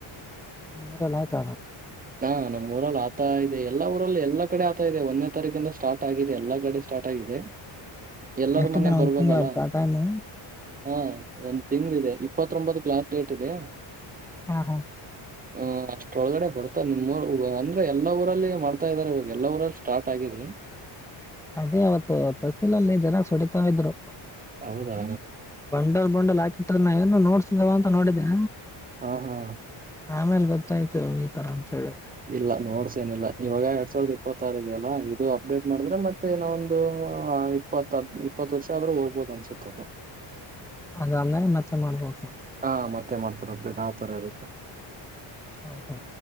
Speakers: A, in the centre; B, on the right.
A: ನಿಮ್ಮೂರೆಲ್ಲ ಆಯ್ತ
B: ಹಾ ನಮ್ಮ ಊರಲ್ಲಿ ಆತಾ ಇದೆ ಎಲ್ಲ ಊರಲ್ಲಿ ಎಲ್ಲ ಕಡೆ ಆತ ಇದೆಂದೇ ತಾರೀಕಿಂದ ಸ್ಟಾರ್ಟ್ ಆಗಿದೆ ಎಲ್ಲ ಕಡೆ ಸ್ಟಾರ್ಟ್ ಆಗಿ ದೆ ಎಲ್ಲರ
A: ಎಷ್ಟು
B: ಮನೆ
A: ದಿನ
B: ಬರ್ಬೇಕಲ್ಲ
A: ಒಂದ್ ತಿಂಗಳ ಆಯ್ತಾ ಟೈಮು
B: ಹಾ ಒಂದ್ ತಿಂಗ್ಳ ಇದೆ ಇಪ್ಪತ್ತೊಂಬತ್ ಲಾಸ್ಟ್ ಡೇಟ್ ಇದೆ
A: ಹಾ ಹಾ
B: ಹ ಅಷ್ಟ್ರೊಳಗಡೆ ಬರ್ತ ನಿಮ್ಮ್ ಅಂದ್ರೆ ಎಲ್ಲ ಊರಲ್ಲಿ ಮಾಡ್ತಾ ಇದಾರೆ ಇವಾಗ ಎಲ್ಲಾ ಊರಲ್ಲಿ ಸ್ಟಾರ್ಟ್ ಆಗಿದೆ ಹ್ಮ್
A: ಅದೇ ಅವತ್ತು ಕರ್ಿಲ್ಲ ಜನ ಸಡಿತಾ ಇದ ಇದ್ರು
B: ಹೌದಾ
A: ಬಂಡಲ್ ಬಂಡಲ್ ಹಾಕಿಟ್ಟ ಏ ನೋಡ್ ನ ಅಂತ ನೋಡಿದ್ದೆ
B: ಹಾ ಹಾ
A: ಆಮೇಲೆ ಗೊತ್ತಾಯ್ತು ಈ ತರ ಹೇಳಿ
B: ಇಲ್ಲ ನೋಡ್ಸೇನಿಲ್ಲ ಇವಾಗ ಎರ್ಡ್ಸೋಲ್ ತಾರಿಗೆಲ್ಲಾ ಇದು ಅಪ್ಡೇಟ್ ಮಾಡಿದ್ರೆ ಮತ್ತೆ ಇ ಒಂದು ಇಪ್ಪ ಇಪ್ಪತ್ ವರ್ಷ ಆದ್ರೂ ಹೋಗ್ಬ ಸತ
A: ಅದ ಅಂದೇ ಮಚ್ಚಮ್ಮಳ ತೋಟಣ
B: ಹಾ ಮತ್ತೆ ಮಾಡ್ತಾರೆ ಅಪ್ಡೇಟ್ ಆ ತರ ಇರುತ್ತೆ
A: <inaudible> ಹ ಹ